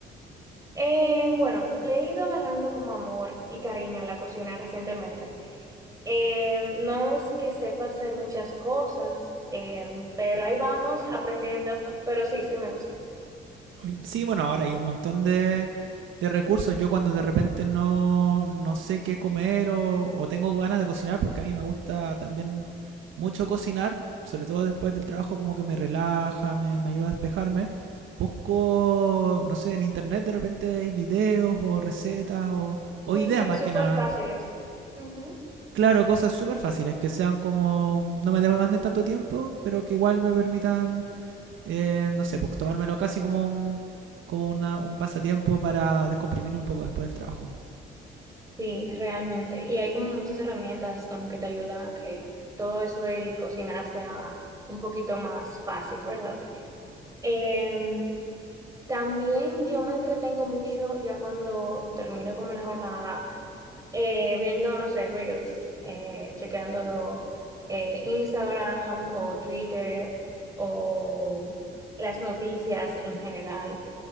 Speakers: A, on the right (about 15°); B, on the right (about 75°).
A: Eh, bueno, le he ido agarrando como amor y cariño a la cocina recientemente. Eh, no es que sepa hacer muchas cosas, eh, pero ahí vamos aprendiendo, pero sí, sí me gusta.
B: Oye, Sí, bueno, ahora hay un montón de, de recursos. Yo cuando de repente no, no sé qué comer o, o tengo ganas de cocinar, porque a mí me gusta también mucho cocinar, sobre todo después del trabajo, como que me relaja, me, me ayuda a despejarme. Busco, no sé, en internet de repente hay videos o recetas o, o
A: Sí,
B: ideas
A: sí,
B: más
A: súper
B: que nada
A: fáciles. Ujú.
B: Claro, cosas súper fáciles, que sean como, no me demanden tanto tiempo, pero que igual me permitan, eh, no sé, pues tomármelo casi como un, como una, un pasatiempo para descomprimir un poco después del trabajo.
A: Sí, realmente. Y hay como muchas herramientas como que te ayudan a que todo eso del cocinar sea un poquito más fácil, ¿verdad? Eh, También yo me entretengo mucho ya cuando termino como la jornada, eh, viendo, no sé, Reels, eh, chequeando eh, Instagram o Twitter o las noticias en general.